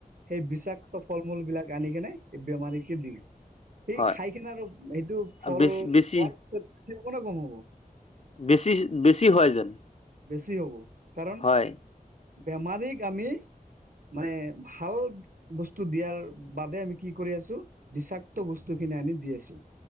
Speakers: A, on the right; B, on the left.
A: সেই বিষাক্ত ফল মূল বিলাক আনি কেনে এই বেমাৰীকে দিম। সেই
B: হয়
A: খাই কিনে আৰু সেইটো ফল
B: বেছি বেছি
A: হোৱাৰ পিছতে <unintelligible> কম হ'ব
B: বেছি বেছি হয় যেন
A: বেছি হ'ব। কাৰণ
B: হয়।
A: বেমাৰীক আমি মানে ভাল বস্তু দিয়াৰ বাবে আমি কি কৰি আছো বিষাক্ত বস্তু কিনে আনি দি আছো।